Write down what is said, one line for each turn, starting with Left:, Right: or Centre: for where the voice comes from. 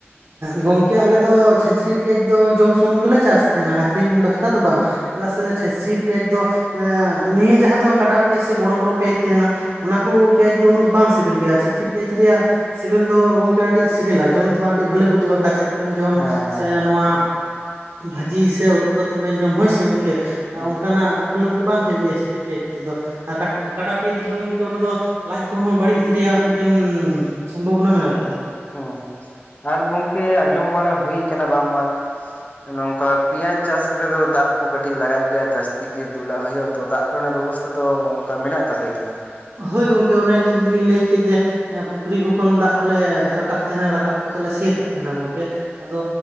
Right: ᱜᱚᱢᱠᱮ ᱟᱞᱮ ᱫᱚ ᱪᱷᱟᱹᱪᱤ ᱯᱮᱸᱭᱟᱡᱽ ᱫᱚ ᱡᱚᱢ ᱥᱩᱢᱩᱝ ᱜᱮᱞᱮ ᱪᱟᱥ ᱛᱟᱦᱮᱱᱟ ᱟᱹᱠᱷᱨᱤᱧ ᱵᱟᱠᱷᱨᱟ ᱫᱚ ᱵᱟᱝ ᱪᱮᱫᱟᱜ ᱥᱮ ᱪᱷᱟᱹᱪᱤ ᱯᱮᱸᱭᱟᱡᱽ ᱫᱚ ᱢᱟᱱᱮ ᱱᱤᱭᱟᱹ ᱡᱟᱦᱟᱸ ᱫᱚ ᱠᱟᱰᱟ ᱯᱮᱸᱭᱟᱡᱽ ᱥᱮ ᱵᱚᱲᱚ-ᱵᱚᱲᱚ ᱯᱮᱸᱭᱟᱡᱽ ᱛᱟᱦᱮᱱᱟ᱾ ᱚᱱᱟ ᱠᱚ ᱯᱮᱸᱭᱟᱡᱽ ᱫᱚ ᱩᱱᱟᱹᱜ ᱵᱟᱝ ᱥᱤᱵᱤᱞ ᱜᱮᱭᱟ ᱪᱷᱟᱹᱪᱤ ᱯᱮᱸᱭᱟᱡᱽ ᱨᱮᱭᱟᱜ ᱥᱤᱵᱤᱞ ᱫᱚ ᱜᱚᱝᱠᱮ ᱟᱹᱰᱤ ᱥᱤᱵᱤᱞᱟ ᱡᱚᱢ ᱦᱚᱸ ᱟᱹᱰᱤ ᱵᱷᱟᱹᱞᱤ ᱵᱩᱡᱩᱜᱼᱟ ᱠᱟᱪᱟ ᱛᱮᱵᱮᱱ ᱡᱚᱢ
Left: ᱦᱮᱸ ᱦᱮᱸ
Right: ᱥᱮ
Left: ᱦᱮᱸ
Right: ᱱᱚᱣᱟ ᱵᱷᱟᱹᱡᱤ ᱥᱮ ᱩᱛᱩ ᱠᱟᱛᱮ ᱵᱮᱱ ᱡᱚᱢ ᱦᱚᱭ ᱥᱮ ᱜᱚᱝᱠᱮ
Left: ᱦᱩᱸ
Right: ᱚᱱᱠᱟᱱᱟᱜ ᱯᱨᱚᱵᱽᱞᱮᱢ ᱠᱚ ᱵᱟᱝ ᱦᱩᱭᱩᱜ ᱜᱮᱭᱟ ᱪᱷᱟᱹᱪᱤ ᱯᱮᱸᱭᱟᱡᱽ ᱛᱮᱫᱚ ᱟᱨ ᱠᱟᱴ ᱠᱟᱰᱟ ᱯᱮᱸᱭᱟᱡᱽ ᱫᱚ ᱜᱚᱢᱠᱮ ᱚᱱᱟ ᱫᱚ ᱞᱟᱡ ᱠᱚᱦᱚᱸ ᱵᱟᱹᱲᱤᱡ ᱨᱮᱭᱟᱜ ᱢᱤᱫᱴᱮᱱ ᱥᱚᱢᱵᱷᱚᱵᱚᱱᱟ ᱢᱮᱱᱟᱜ ᱟᱠᱟᱫᱟ᱾
Left: ᱚ ᱦᱮᱸ ᱥᱮ ᱟᱨ ᱜᱚᱢᱠᱮ ᱟᱸᱡᱚᱢ ᱵᱟᱲᱟ ᱦᱩᱭ ᱠᱟᱱᱟ ᱵᱟᱝᱢᱟ ᱱᱚᱝᱠᱟ ᱯᱮᱸᱭᱟᱡᱽ ᱪᱟᱥ ᱠᱚᱨᱮ ᱫᱚ ᱫᱟᱜ ᱠᱚ ᱠᱟᱹᱴᱤᱡ ᱞᱟᱜᱟᱜ ᱜᱮᱭᱟ ᱡᱟᱹᱟᱥᱛᱤ ᱜᱮ ᱫᱩᱞᱟᱜ ᱦᱩᱭᱩᱜᱼᱟ, ᱛᱚ ᱫᱟᱜ ᱠᱚᱨᱮᱱᱟᱜ ᱵᱮᱵᱚᱥᱛᱟ ᱠᱫᱚ ᱚᱱᱠᱟ ᱢᱮᱱᱟᱜ ᱛᱟᱯᱮ ᱜᱮᱭᱟ
Right: ᱦᱚᱭ ᱜᱚᱝᱠᱮ ᱚᱱᱮ ᱞᱤᱧ ᱞᱟᱹᱭ ᱠᱮᱫ ᱡᱮ ᱯᱩᱠᱷᱨᱤ ᱠᱚ ᱠᱷᱚᱱ ᱫᱟᱜ ᱠᱚᱞᱮ ᱨᱟᱠᱟᱵ ᱛᱟᱦᱮᱱᱟ ᱨᱟᱠᱟᱵ ᱠᱟᱛᱮᱜ ᱞᱮ ᱥᱤ ᱦᱟᱛᱟᱲ ᱛᱟᱦᱮᱱᱟ ᱜᱚᱢᱠᱮ ᱟᱫᱚ